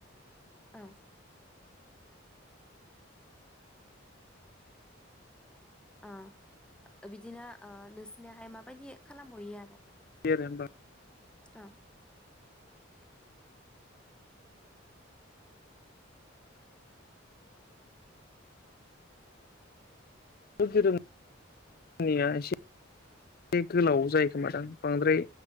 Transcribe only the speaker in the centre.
उम आ बिदिनो ओ नोंसोरनियाहाय माबायदि खालामबयो आरो?
अ